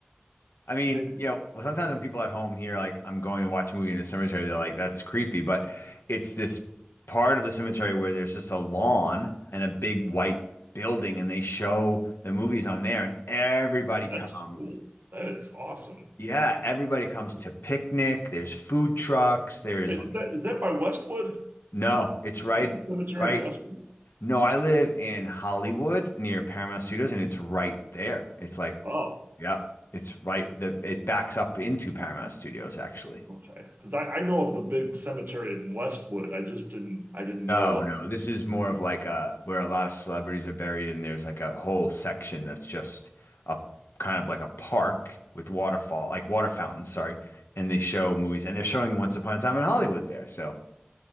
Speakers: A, on the left; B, on the right.
A: I mean,
B: Maybe
A: you know, well, sometimes when people at home hear like I'm going to watch a movie in a cemetery, they're like, "That's creepy." But it's this part of the cemetery where there's just a lawn and a big white building, and they show the movies on there, and everybody comes.
B: that's cool. That is awesome.
A: Yeah, everybody comes to picnic. There's food trucks. There's
B: Wait,
A: like,
B: is that is that by Westwood?
A: no, it's right,
B: Is that the cemetery
A: right.
B: in Westwood?
A: No, I live in Hollywood near Paramount Studios, and it's right there. It's like,
B: Oh,
A: yep, it's right. The it backs up into Paramount Studios actually.
B: okay. Because I, I know of the big cemetery in Westwood. I just didn't I didn't
A: No,
B: know. uh,
A: no. This is more of like a where a lot of celebrities are buried, and there's like a whole section that's just a kind of like a park with waterfall, like water fountains, sorry. And they show movies, and they're showing Once Upon a Time in Hollywood there. So